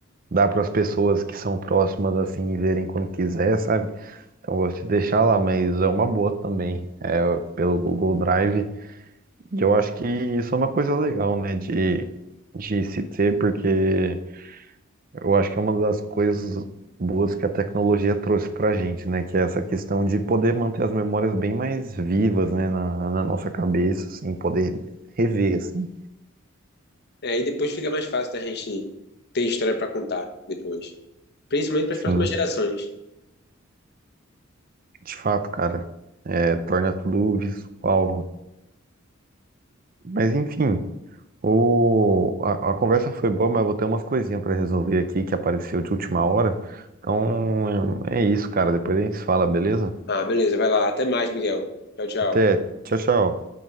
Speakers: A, on the right; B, on the left.
A: Dá para as pessoas que são próximas assim verem quando quiser, sabe? Então eu vou te deixar lá, mas é uma boa também, é pelo Google Drive. E eu acho que isso é uma coisa legal, né? De, de se ter, porque. Eu acho que é uma das coisas boas que a tecnologia trouxe pra gente, né? Que é essa questão de poder manter as memórias bem mais vivas, né? Na, na nossa cabeça, assim, poder rever, assim.
B: É, e depois fica mais fácil da gente ter história para contar depois. Principalmente para
A: Sim,
B: as próximas gerações.
A: de fato, cara. É, torna tudo visual. Mas enfim, o, a, a conversa foi boa, mas eu vou ter umas coisinhas pra resolver aqui que apareceu de última hora. Então é é isso, cara. Depois a gente se fala, beleza?
B: Ah, beleza, vai lá. Até mais, Miguel. Tchau, tchau.
A: Até. Tchau, tchau.